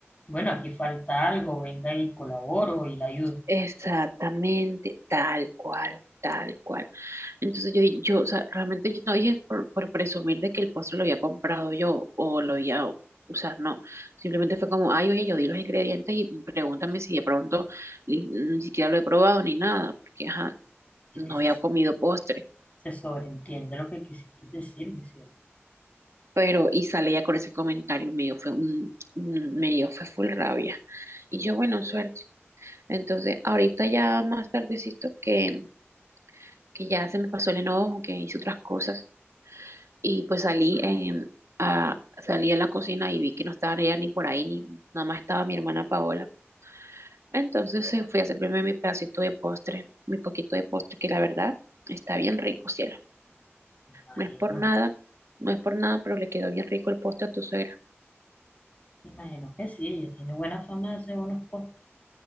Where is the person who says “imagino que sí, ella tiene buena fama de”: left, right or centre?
Left